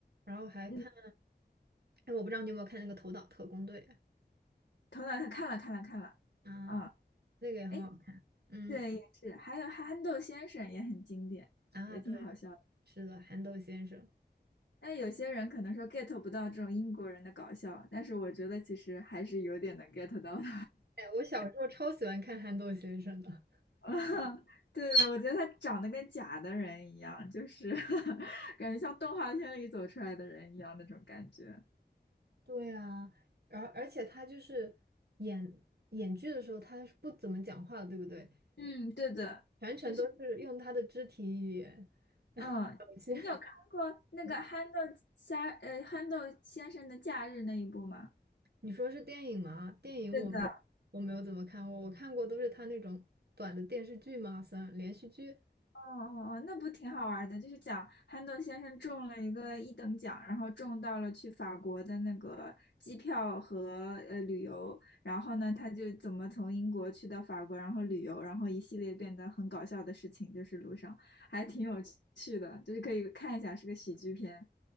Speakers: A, on the right (about 65°); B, on the left (about 85°).
A: 然后还看，
B: 嗯，
A: 哎，我不知道你有没有看那个《头脑特工队》
B: 头脑他看了看了看了，
A: 啊，
B: 啊，
A: 那个也很好看。
B: 哎，
A: 嗯
B: 对，也是，还有憨豆先生也很经典，
A: 啊，
B: 也挺好笑的。
A: 对的，是的，憨豆先生。
B: 但有些人可能说 get 不到这种英国人的搞笑，但是我觉得其实还是有点能 get 到的。
A: 哎，我小时候超喜欢看憨豆先生的。
B: <laughs> 对的，我觉得他长得跟假的人一样，就是 <laughs> 感觉像动画片里走出来的人一样那种感觉。
A: 对啊，然后而且他就是演演剧的时候，他是不怎么讲话的，对不对？
B: 嗯，对的，
A: 全程都是用他的肢体语言
B: 就是嗯，
A: 表现。
B: 你有看过那个憨豆虾呃憨豆先生的假日那一部吗？
A: 嗯，你说是电影吗？电影我没我没有怎么看过，
B: 对的，
A: 我看过都是他那种短的电视剧嘛，算连续剧。
B: 哦哦哦，那不挺好玩儿的？就是讲憨豆先生中了一个一等奖，然后中到了去法国的那个机票和呃旅游，然后呢，他就怎么从英国去到法国，然后旅游，然后一系列变得很搞笑的事情，就是路上还挺有趣的，就是可以看一下，是个喜剧片。